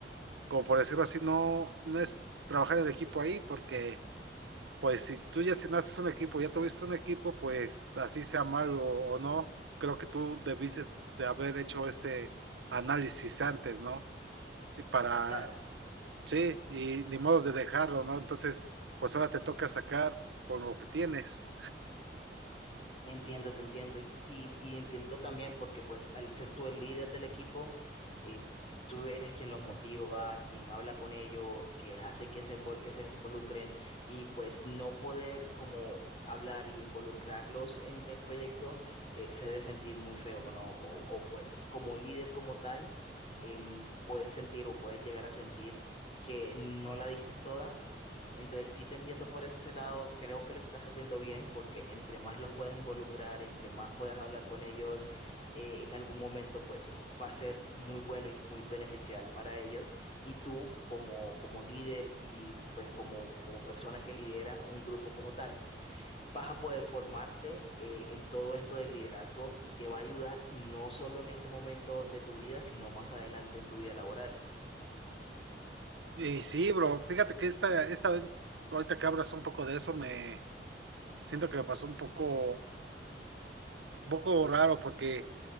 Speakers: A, on the right; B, on the left.
A: como por decirlo así, no, no es trabajar en equipo ahí, porque pues si tú ya si naces un equipo, ya tuviste un equipo, pues así sea malo o no, creo que tú debiste de haber hecho ese análisis antes, ¿no? Y para,
B: Claro,
A: sí, y ni modos de dejarlo, ¿no? Entonces, pues ahora te toca sacar con lo que tienes.
B: Te Entiendo, te entiendo. Y, y- y entiendo también porque pues al ser tú el líder del equipo, eh, tú eres quien los motiva, quien habla con ellos, quien hace que se, envol- que se involucren y pues no poder como hablar y involucrarlos en el proyecto eh, se debe sentir muy feo, ¿no? O, o, pues como líder como tal, em, puedes sentir o puedes llegar a sentir que no la diste toda entonces, sí te entiendo por ese lado, creo que lo estás haciendo bien porque entre más los puedas involucrar, entre más puedas hablar con ellos, eh, en algún momento pues va a ser muy bueno y muy beneficial para ellos. Y tú como, como líder y pues como, como persona que lidera un grupo como tal, vas a poder formarte eh, en todo esto del liderazgo y te va a ayudar no solo en este momento de tu vida, sino más adelante en tu vida laboral.
A: Y sí, bro, fíjate que esta, esta vez, ahorita que hablas un poco de eso, me, siento que me pasó un poco, un poco raro porque,